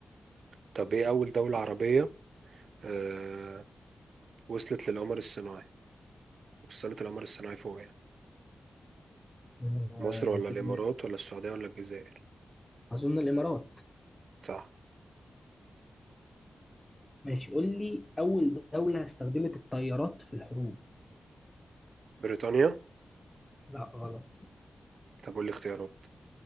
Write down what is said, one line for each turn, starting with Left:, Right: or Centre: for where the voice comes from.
Right: طب إيه أول دولة عربية آه... وصلت للقمر الصناعي وصلت القمر الصناعي فوق يعني
Left: آه،
Right: مصر ولا
Left: هتبقى
Right: الإمارات ولا السعودية ولا الجزائر
Left: أظن الإمارات
Right: صح
Left: ماشي قول لي أول دولة استخدمت الطيارات في الحروب
Right: بريطانيا
Left: لا غلط
Right: طب قول لي اختيارات